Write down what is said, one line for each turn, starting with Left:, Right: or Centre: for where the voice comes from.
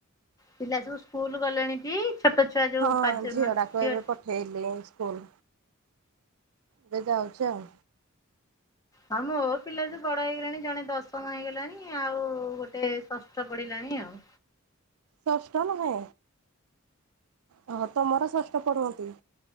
Left: ପିଲା ମାନେ ସବୁ ସ୍କୁଲ ଗଲେଣି ଟି? ଛୋଟ ଛୁଆ ଯୋଉ
Right: ହଁ
Left: ପାଞ୍ଚ
Right: ଝିଅଟାକୁ
Left: ମ ଝିଅ
Right: <unintelligible> ସ୍କୁଲ। ଏବେ ଯାଉଚି ଆଉ।
Left: ହଁ ମୋ ପିଲା ସବୁ ବଡ ହେଇଗଲେଣି ଜଣେ ଦଶମ ହେଇଗଲାଣି ଆଉ ଗୋଟେ ଷଷ୍ଠ ପଢିଲାଣି ଆଉ।
Right: ଷଷ୍ଠ ନୁହେଁ। ଓ ହୋ ତମର ଷଷ୍ଠ ପଢୁଛନ୍ତି।